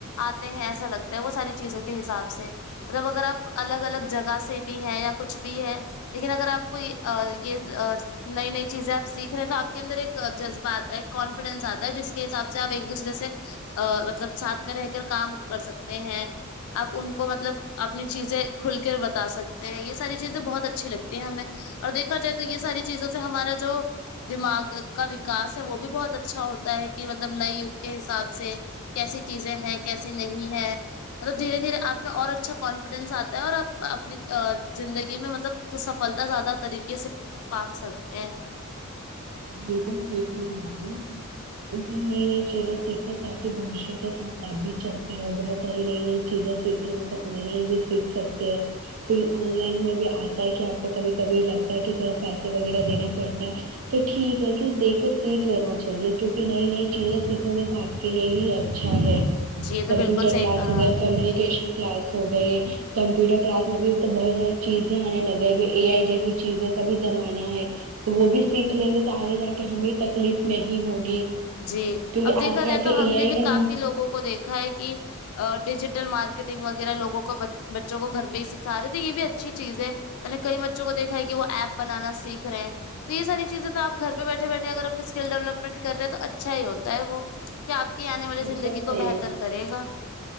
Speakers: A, on the left; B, on the right.
A: آتے ہیں ایسا لگتا ہے وہ ساری چیزوں کے حساب سے مطلب اگر آپ الگ الگ جگہ سے بھی ہے یا کچھ بھی ہے لیکن اگر آپ کو یہ ا یہ ا نئی نئی چیزیں آپ سیکھ رہے ہیں تو آپ کے اندر ایک جذبہ آتا ہے کانفیڈینس آتا ہے جس کے حساب سے آپ ایک دوسر سے ا مطلب ساتھ میں رہ کر کام کر سکتے ہیں آپ ان کو مطلب اپنی چیزیں کھل کر بتا سکتے ہیں یہ ساری چیزیں بہت اچھی لگتی ہیں ہمیں اور دیکھا جائے تو یہ ساری چیزوں سے ہمارا جو دماغ کا وکاس ہے وہ بھی بہت اچھا ہوتا ہے کہ مطلب نئے یوگ کے حساب سے کیسی چیزیں ہے کیسی نہیں ہے مطلب دھیرے دھیرے آپ نے اور اچھا کانفیڈینس آتا ہے اور اپ اپنی زندگی میں مطلب سفلتا زیادہ طریقے سے پا سکتے ہیں
B: بالکل صحیح فرما رہی ہیں آپ اس نئی نئی چیزیں سیکھیں تاکہ بوشیہ کے ساتھ آپ بھی چلتے ہیں بہت ساری نئی نئی چیزیں سیکھ تو آن لائن بھی سیکھ سکتے ہیں پھر آن لائن میں بھی آ تا کہ آپ کو کبھی کبھی لگتا ہے کہ تھوڑا پیسے وغیرہ دینا پڑتا ہے تو ٹھیک ہے کہ دیکے سیکھ لینا چاہیے کیونکہ نئی نئی چیزیں سیکھو گے تو آپ کے لیے ہی اچھا ہے
A: جی یہ تو
B: کمپیوٹر
A: بالکل صحیح
B: کلاس
A: کہا
B: ہو گیا
A: آپ
B: کمیونیکیشن
A: نے
B: کلاس ہو گئے کمپیوٹر کلاس میں بھی توب بہت ساری چیزیں آنے لگے ا اے آئی جیسی چیزیں کا بھی زمانہ ہے تو وہ بھی سیکھ لیں گے تو آگے جا کے ہمیں تکلیف نہیں ہوگی
A: جی
B: کیونکہ
A: اب دیکھا
B: آگے جا
A: جائے
B: کے
A: تو
B: اے
A: ہم نے
B: آئی
A: بھی
B: کا
A: کافی
B: جو
A: لوگوں کو دیکھا ہے کہ ا ڈیجیٹل مارکیٹنگ وغیرہ لوگوں کو بچوں کو گھر پہ ہی سکھا رہے تو یہ بھی اچھی چیز ہے میں نے کئی بچوں کو دیکھا ہے کہ وہ ایپ بنانا سیکھ رہے ہیں تو یہ ساری چیزیں تو آپ گھر پے بیٹھے بیٹھے اگر اپنے سکیل ڈیولپمنٹ کر رہے تو اچھا ہی ہوتا ہے وہ کیا آپ کے آنے والی
B: بالکل
A: زندگی
B: صحیح
A: کو بہتر کرے گا